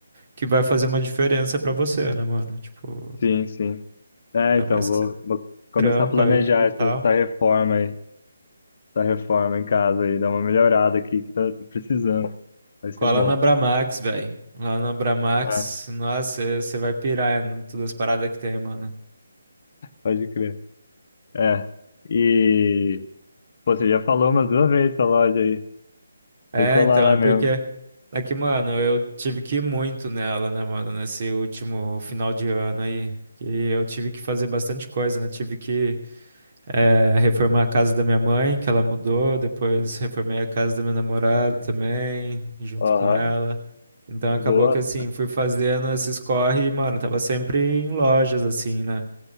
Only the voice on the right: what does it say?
que vai fazer uma diferença pra você, né, mano? Tipo,
ainda
mais
que você
trampa
aí e
tal.
Cola
na Bramax, velho. Lá na Bramax,
nossa, você vai pirar em todas as paradas que tem, mano.
É,
então,
é
porque é que, mano, eu tive que ir muito nela, né, mano, nesse último final de ano aí. Que eu tive que fazer bastante coisa, né? Tive que eh, reformar a casa da minha mãe, que ela mudou, depois reformei a casa da minha namorada também, junto
com ela. Então acabou
que assim, fui fazendo esses corre e, mano, tava sempre em lojas, assim, né?